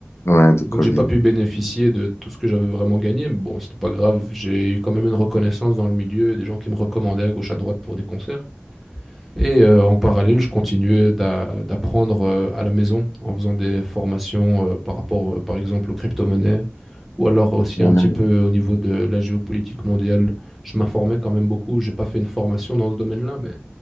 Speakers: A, on the left; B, in the centre.
A: ouais, de
B: Et
A: Covid.
B: donc, j'ai pas pu bénéficier de tout ce que j'avais vraiment gagné, mais bon, c'était pas grave. J'ai eu quand même une reconnaissance dans le milieu, des gens qui me recommandaient à gauche à droite pour des concerts. Et euh, en parallèle, je continuais d'a- d'apprendre euh, à la maison en faisant des formations euh, par rapport, euh, par exemple, aux crypto-monnaies ou alors aussi
A: Ouais,
B: un petit peu au niveau de la géopolitique mondiale. Je m'informais quand même beaucoup. J'ai pas fait une formation dans ce domaine-là, mais